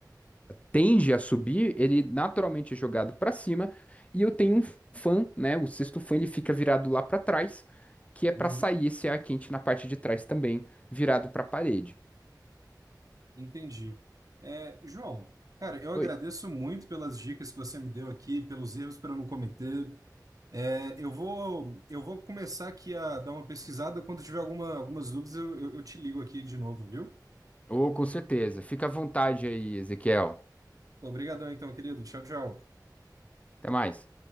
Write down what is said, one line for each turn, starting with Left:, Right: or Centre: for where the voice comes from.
Left: tende a subir, ele naturalmente é jogado para cima. E eu tenho um fã, né? O sexto fã, ele fica virado lá para trás, que é para
Right: uhum,
Left: sair esse ar quente na parte de trás também, virado para a parede.
Right: entendi. É, João, cara, eu agradeço
Left: Oi.
Right: muito pelas dicas que você me deu aqui, pelos erros para eu não cometer. É, eu vou, eu vou começar aqui a dar uma pesquisada. Quando tiver alguma, algumas dúvidas, eu, eu, eu te ligo aqui de novo, viu?
Left: Ô, com certeza. Fica à vontade aí, Ezequiel.
Right: Obrigadão, então, querido. Tchau, tchau.
Left: Até mais.